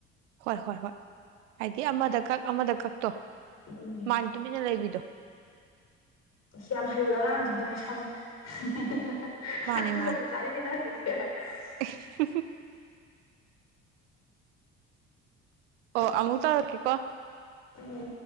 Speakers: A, on the right (about 75°); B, on the left (about 45°).
A: ꯍꯣꯏ ꯍꯣꯏ ꯍꯣꯏ ꯍꯥꯏꯗꯤ ꯑꯃꯗ ꯀꯛ ꯑꯃꯗ ꯀꯛꯇꯣ
B: ꯎꯝ
A: ꯃꯥ ꯇꯨꯃꯤꯟꯅ ꯂꯩꯕꯤꯗꯣ
B: ꯑꯁ ꯌꯥꯝ ꯍꯩꯌꯦꯕ ꯑꯉꯥꯡꯁꯨ ꯂꯩ ꯊ <unintelligible>
A: ꯃꯥꯅꯦ ꯃꯥꯅꯦ
B: <unintelligible> <unintelligible>
A: <unintelligible> <unintelligible> <unintelligible> ꯑꯣ ꯑꯃꯨꯛ ꯇꯧꯔꯛꯀꯦꯀꯣ
B: ꯎꯝ